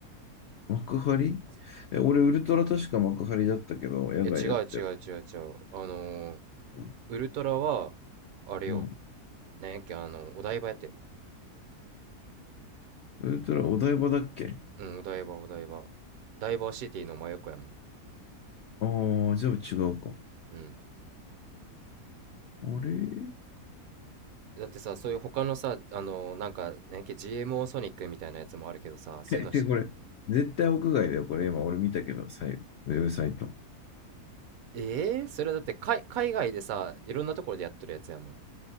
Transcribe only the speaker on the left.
幕張え、俺、ウルトラ確か幕張だったけど、野外だったよ。
うん。
うん
ウルトラお台場だっけ
ああー、じゃあ違うか。
あれ
え、で、これ、絶対屋外だよ。これ今、俺見たけど、さいウェブサイト。